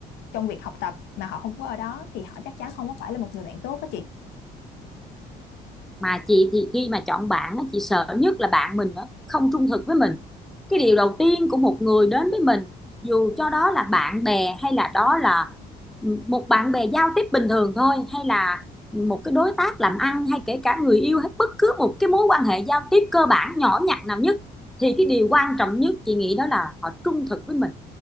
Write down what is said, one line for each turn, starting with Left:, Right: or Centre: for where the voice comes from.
Left: trong việc học tập mà họ không có ở đó thì họ chắc chắn không có phải là một người bạn tốt á chị
Centre: Mà chị thì khi mà chọn bạn á, chị sợ nhất là bạn mình nó không trung thực với mình. Cái điều đầu tiên của một người đến với mình dù cho đó là bạn bè hay là đó là ừ, một bạn bè giao tiếp bình thường thôi hay là một cái đối tác làm ăn hay kể cả người yêu hay bất cứ một cái mối quan hệ giao tiếp cơ bản nhỏ nhặt nào nhất thì cái điều quan trọng nhất chị nghĩ đó là họ trung thực với mình